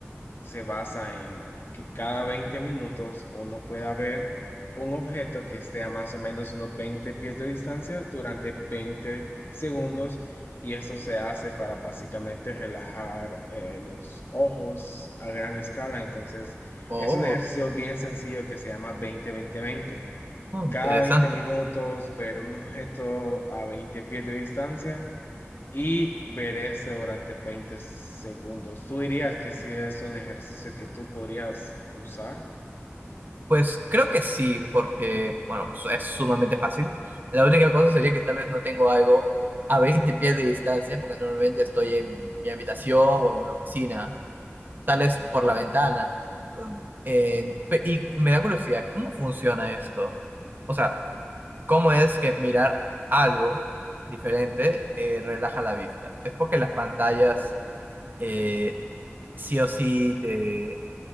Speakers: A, on the left (about 50°); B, on the right (about 45°).
A: se basa en que cada 20 minutos uno pueda ver un objeto que esté a más o menos unos 20 pies de distancia durante veinte segundos y esto se hace para básicamente relajar eh, los ojos a gran escala. Entonces
B: Oh,
A: es un ejercicio bien sencillo que se llama veinte veinte veinte
B: mm,
A: Cada
B: interesante.
A: 20 minutos ver un objeto a 20 pies de distancia y verese durante 20 segundos. ¿Tú dirías que si es un ejercicio que tú podrías usar?
B: Pues creo que sí, porque, bueno, su- es sumamente fácil. La única cosa sería que tal vez no tengo algo a 20 pies de distancia, porque normalmente estoy en mi habitación o en una oficina, tal vez por la ventana. Eh, pe- y me da curiosidad, ¿cómo funciona esto? O sea, ¿cómo es que mirar algo diferente eh, relaja la vista? ¿Es porque las pantallas... eh, sí o sí te,